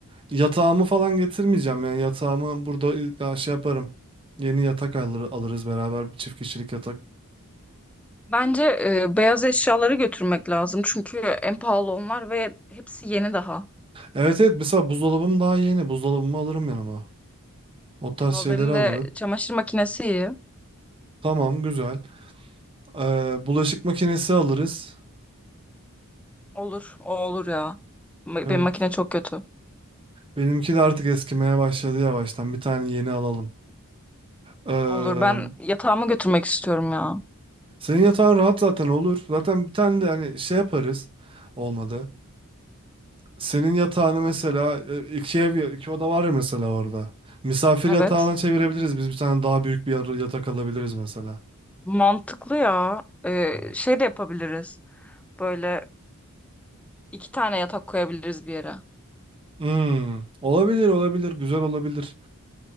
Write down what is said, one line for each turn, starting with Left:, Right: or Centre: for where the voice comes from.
Right: Yatağımı falan getirmeyeceğim yani yatağımı burada ya şey yaparım. Yeni yatak alır, alırız beraber bir çift kişilik yatak
Centre: Bence e, beyaz eşyaları götürmek lazım. Çünkü en pahalı onlar ve hepsi yeni daha.
Right: Evet evet mesela buzdolabım daha yeni. Buzdolabımı alırım yanıma. O tarz
Centre: Benim
Right: şeyleri alırım.
Centre: de çamaşır makinesi iyi.
Right: Tamam güzel. Ee, bulaşık makinesi alırız.
Centre: Olur. O olur ya. Ma-
Right: Evet.
Centre: Benim makine çok kötü.
Right: Benimki de artık eskimeye başladı yavaştan. Bir tane yeni alalım. Ee,
Centre: Olur. Ben yatağımı götürmek istiyorum ya.
Right: senin yatağın rahat zaten olur. Zaten bir tane de hani şey yaparız. Olmadı. Senin yatağını mesela e, iki ev iki oda var ya mesela orada. Misafir
Centre: Evet.
Right: yatağına çevirebiliriz. Biz bir tane daha büyük bir yar- yatak alabiliriz mesela.
Centre: Mantıklı ya. Ee, şey de yapabiliriz. Böyle iki tane yatak koyabiliriz bir yere.
Right: Hmm, olabilir olabilir güzel olabilir.